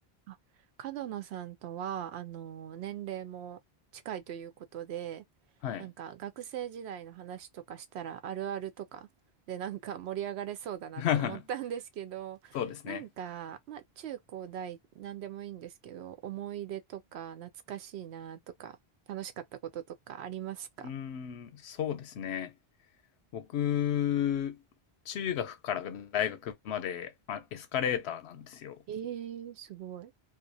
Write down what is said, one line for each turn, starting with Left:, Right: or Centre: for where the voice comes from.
Right: あ角野さんとは、あの、年齢も近いということで、
Left: はい。
Right: なんか学生時代の話とかしたらあるあるとかでなんか盛り上がれそうだなって思ったんですけど、
Left: <laughs> そうですね。
Right: なんか、まあ中高大何でもいいんですけど、思い出とか懐かしいなとか、楽しかったこととかありますか
Left: うーん、そうですね。僕、中学から大学まで、まあ、エスカレーターなんですよ。
Right: ええー、すごい。